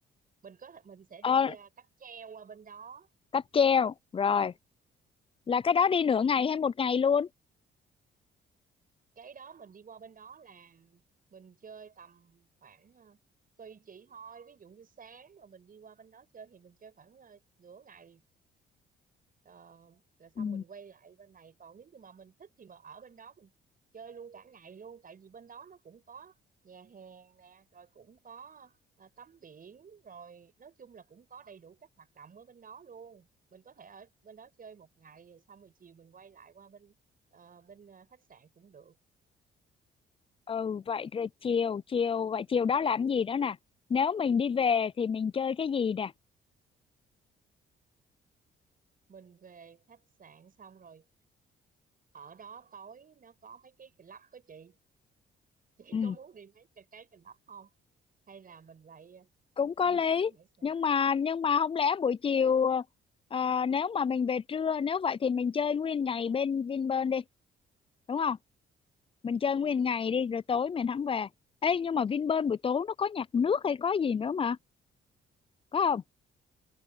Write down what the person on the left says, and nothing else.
Ờ,
cáp treo rồi là cái đó đi nửa ngày hay một ngày luôn
Ừ.
ừ vậy rồi chiều chiều vậy chiều đó làm gì nữa nè nếu mình đi về thì mình chơi cái gì nè
ừ
cũng có
lý
nhưng mà nhưng mà không lẽ buổi chiều ờ, nếu mà mình về trưa nếu vậy thì mình chơi nguyên ngày bên Vinpearl đi đúng không mình chơi nguyên
ngày
đi rồi tối mình hẳn về Ê nhưng mà Vinpearl buổi tối nó có nhạc nước hay có gì nữa mà có không